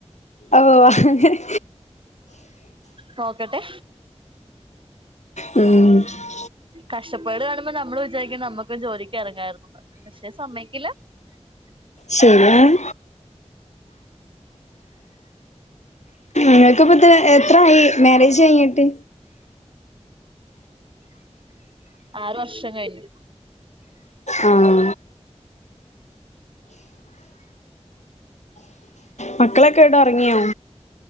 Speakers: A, on the left; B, on the right.
A: ഓ അങ്ങനെ
B: നോക്കട്ടെ
A: ആഹ്
B: കഷ്ടപ്പാട് കാണുമ്പോ നമ്മൾ വിചാരിക്കും നമ്മുക്കും ജോലിക്ക് ഇറങ്ങയിരുന്നുന്ന് പക്ഷെ സമ്മയിക്കില്ല
A: ശരിയാണ് നിനക്കിപ്പ ഇത്ര എത്രായി മാരേജ് കഴിഞ്ഞിട്ട്
B: ആറ് വർഷം കഴിഞ്ഞു
A: ആഹ് മക്കളൊക്കെ എവിടെ ഒർങ്ങിയോ?